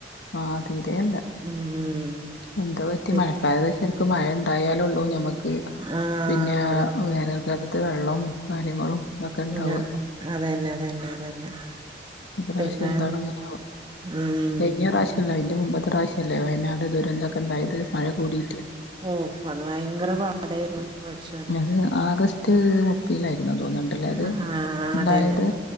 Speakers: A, on the left; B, on the right.
A: ആഹ് തീരെല്ല
B: ഉം
A: എന്താ പറ്റി
B: പിന്നെ
A: മഴക്കാല <unintelligible> ക്ക് മഴ ഉണ്ടായാലുള്ളൂ ഞമക്ക്
B: ആഹ്
A: പിന്നെ
B: അതെ
A: വേനൽക്കാലത്ത് വെള്ളവും കാര്യങ്ങളും ഇതൊക്കെ ഉണ്ടാവുക
B: ആഹ് അതന്നെ അതന്നെ അതന്നെ
A: ഇപ്രാവശ്യം
B: പിന്നെ
A: എന്താണ് ഇങ്ങനെ
B: ഉം
A: കഴിഞ്ഞ പ്രാവശ്യം അല്ല അതിന്റെ മുമ്പത്തെ പ്രാവശ്യമല്ലേ വയനാട് ദൂരന്തൊക്കെ ഉണ്ടായത് മഴ കൂടിയിട്ട്
B: ഓഫ് അത് ഭയങ്കര പാടായിരുന്നു പഠിച്ചു
A: അത് ആഗസ്റ്റ് മു പ്പിനാരുന്നു തോന്ന്ണ്ടല്ലേ അത്
B: ആഹ്
A: ഉണ്ടായത്
B: അതന്നെ